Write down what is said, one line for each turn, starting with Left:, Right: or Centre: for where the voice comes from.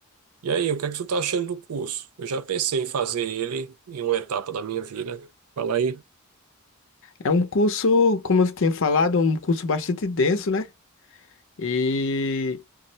Right: E aí, o que é que tu tá achando do curso? Eu já pensei em fazer ele em uma etapa da minha vida. Fala aí.
Left: É um curso, como eu tenho falado, um curso bastante denso, né? E